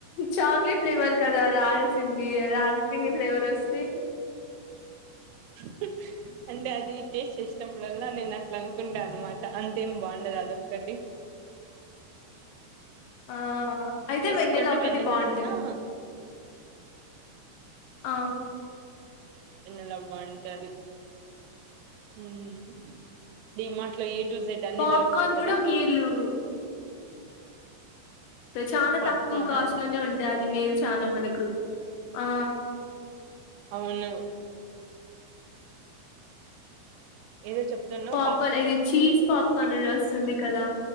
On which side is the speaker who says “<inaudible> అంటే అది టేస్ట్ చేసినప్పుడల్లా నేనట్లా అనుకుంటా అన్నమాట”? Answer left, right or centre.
Right